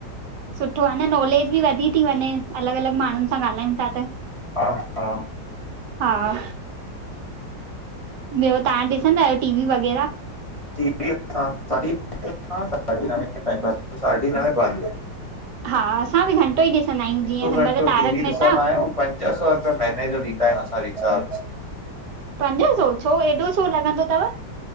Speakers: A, on the right; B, on the left.
A: सुठो आहे न नॉलेज बि वधी थी वञे, अलॻि-अलॻि माण्हुनि सां ॻाल्हायूं था त।
B: हा हा
A: हा ॿियो तव्हां ॾिसंदा आहियो टी-वी वॻेरहा?
B: ा <unintelligible> साढी नवें बाद
A: हा असां बि घंटो ई ॾिसंदा आहियूं,
B: हिकु
A: जीअं हिन
B: घंटो
A: महिल तारक
B: टीवी
A: मेहता।
B: ॾिसंदा आहियूं पंज सौ त महीने जो ॾींदा आहियूं असां रिचार्ज।
A: पंज सौ, छो एॾो छो लॻंदो तव?